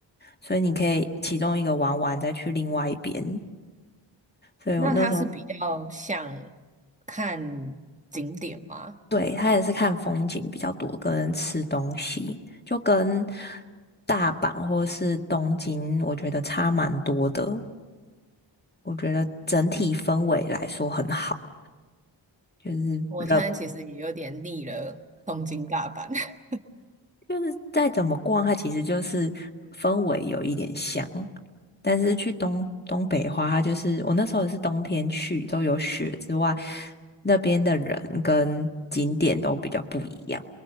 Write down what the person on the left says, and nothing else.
所以你可以其中一个玩完再去另外一边。所以我那时候
对，他也是看风景比较多，跟吃东西，就跟大阪或是东京，我觉得差蛮多的。我觉得整体氛围来说很好，就是冷，
就是再怎么逛，它其实就是氛围有一点像，但是去东东北花，它就是我那时候也是冬天去，都有雪之外，那边的人跟景点都比较不一样，